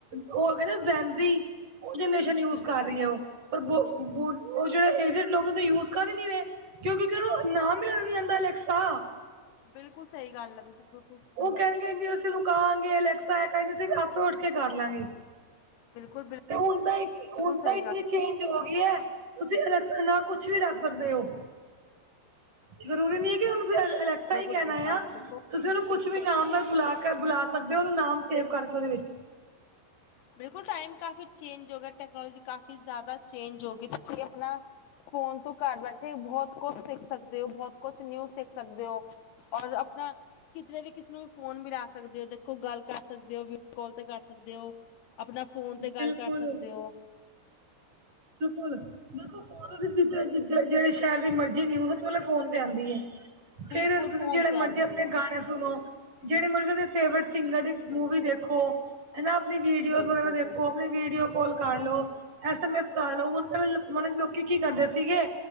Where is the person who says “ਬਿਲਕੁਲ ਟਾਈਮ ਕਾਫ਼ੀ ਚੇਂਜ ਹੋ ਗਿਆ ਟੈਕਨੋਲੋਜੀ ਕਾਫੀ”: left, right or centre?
Left